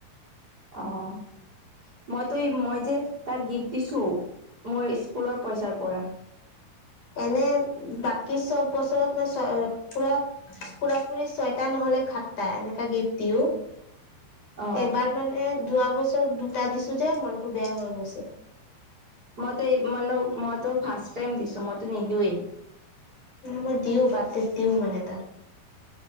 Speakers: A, on the right (about 25°); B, on the left (about 50°).
A: অ' মইতো মই যে তাক গিফ্ট দিছো। মোৰ স্কুলৰ পইচাৰ পৰা
B: এনে বাকী চব বছৰত মই চ পুৰা পুৰা পুৰি ছয়টা নহলে সাতটা এনেকা গিফ্ট দিও।
A: অ
B: এইবাৰ মানে যোৱা বছৰ দুটা দিছো যে মনটো বেয়া হৈ গৈছে।
A: মইতো এই মানে মইতো ফাৰ্ষট টাইম দিছো মইতো নিদিওঁৱেই।
B: ন মই দিও বাৰ্দেদ দিও মান ত।